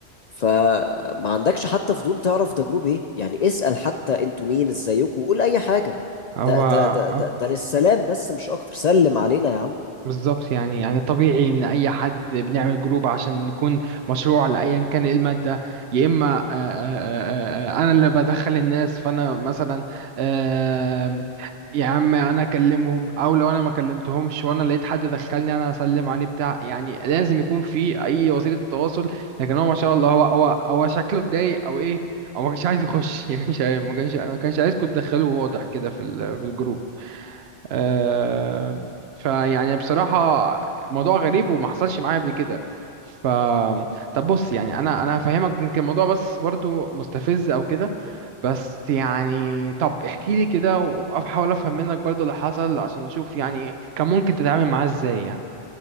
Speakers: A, on the left; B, on the right.
A: فما عندكش حتى فضول تعرف ده جروب ايه يعني اسأل حتى انتوا مين ازيكم وقول اي حاجة
B: هو
A: ده ده ده
B: آه،
A: ده, ده للسلام بس مش اكتر سلم علينا يا عم
B: بالظبط يعني يعني طبيعي ان اي حد بنعمل جروب عشان نكون مشروع لايا كان إيه الماده يا اما آه، آه، آه، آه، آه، انا اللي بدخل الناس فانا مثلا آه، يا عم انا اكلمهم او لو انا ما كلمتهمش وانا لقيت حد دخلني انا هسلم عليه بتاع يعني لازم يكون في اي وسيله تواصل لكن هو ما شاء الله هو هو هو شكله اتضايق او ايه او ما كانش عايز يخش <laughs> يعني مش عارف ما كانش ما كانش عايزكم تدخلوه واضح كده في ال- في الجروب آم، فيعني بصراحة موضوع غريب وما حصلش معايا قبل كده ف طب بص يعني انا انا هفهمك يمكن الموضوع بس برضو مستفز او كده بس يعني طب احكي لي كده واحاول افهم منك برضو اللي حصل عشان نشوف يعني كان ممكن تتعامل معاه ازاي يعني